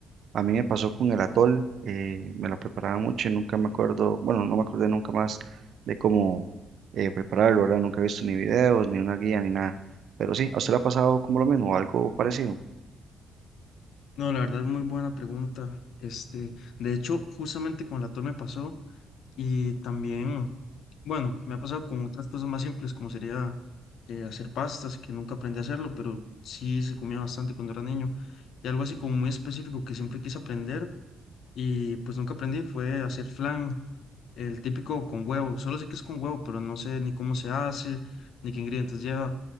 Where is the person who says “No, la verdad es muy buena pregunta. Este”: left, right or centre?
Left